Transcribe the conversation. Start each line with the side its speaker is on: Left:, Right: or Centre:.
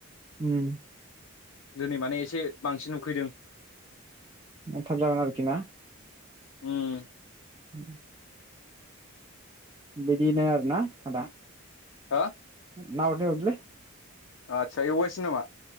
Right: उम
Left: दिनै माने एसे बांसिन उखैदों।
Right: <unintelligible> थाब जागोन आरोखि ना?
Left: उम
Right: उ बेद बिनो आरोना आदा।
Left: हा
Right: ना हरदो हरदोलै
Left: आथसा एवगासिनो नामा?